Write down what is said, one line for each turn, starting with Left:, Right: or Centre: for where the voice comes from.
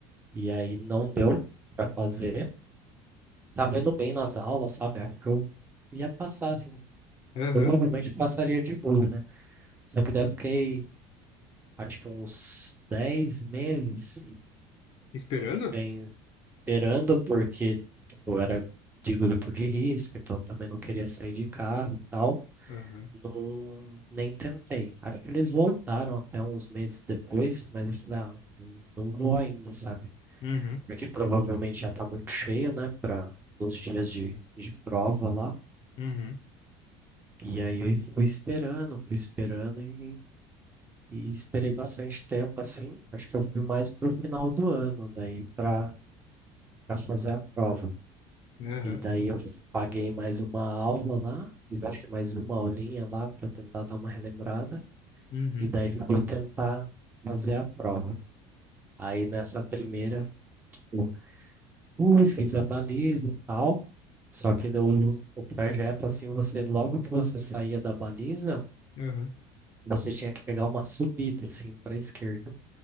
Right: E aí não deu para fazer. Tava indo bem nas aulas, sabe? Acho que eu ia passar assim.
Left: Aham.
Right: Provavelmente passaria de boa, né? Só que daí eu fiquei, acho que uns 10 meses
Left: Esperando?
Right: sem, esperando, porque eu era de grupo de risco, então também não queria sair de casa e tal.
Left: Aham.
Right: Não, nem tentei. Aí que eles voltaram até uns meses depois, mas eu falei, ah, não, não vou ainda, sabe?
Left: Uhum.
Right: Porque provavelmente já tá muito cheio, né, para os dias de, de prova lá.
Left: Uhum.
Right: E aí eu fui esperando, fui esperando e, e esperei bastante tempo, assim. Acho que eu fui mais pro final do ano, daí para para fazer a prova.
Left: Aham.
Right: E daí eu paguei mais uma aula lá, fiz acho que mais uma aulinha lá para tentar dar uma relembrada.
Left: Uhum.
Right: E daí fui tentar fazer a prova. Aí nessa primeira, eu fui, fiz a baliza e tal. Só que deu o o trajeto, assim, você, logo que você saía da baliza,
Left: Aham.
Right: você tinha que pegar uma subida, assim, para a esquerda.